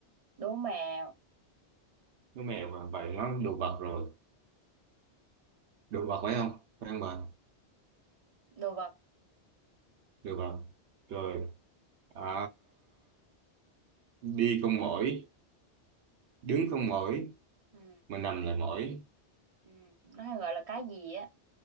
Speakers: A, on the right; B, on the right.
A: Đố mẹo,
B: đứa mèo mà vậy nó đồ vật rồi đồ vật phải không phải không bà
A: đồ vật.
B: đồ vật rồi à, đi con mỏi, đứng con mỏi,
A: Ừ,
B: mà nằm lại mỏi
A: ừ, nó hay gọi là cái gì á.